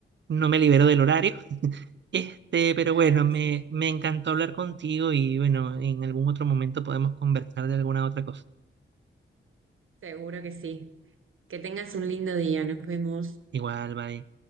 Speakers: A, on the right; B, on the right.
A: no me libero del horario. Este, pero
B: Claro,
A: bueno, me,
B: sí, sí.
A: me encantó hablar contigo y bueno, en algún otro momento podemos conversar de alguna otra cosa.
B: Seguro que sí. Que tengas un lindo día, nos vemos.
A: Igual, bye.